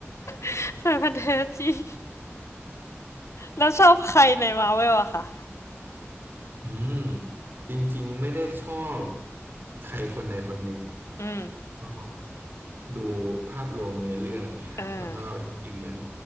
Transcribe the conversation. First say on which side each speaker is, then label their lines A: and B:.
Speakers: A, on the left; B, on the right.
A: <laughs> แฟนพันธุ์แท้จริงแล้วชอบใครในมาเวลอะคะ
B: อืมจริงๆไม่ได้ชอบใครคนใดคนหนึ่ง
A: อืม
B: ก็ดูภาพรวมเนื้อเรื่องเนี่ยครับแล้วก็จริงๆเหมือน
A: เออ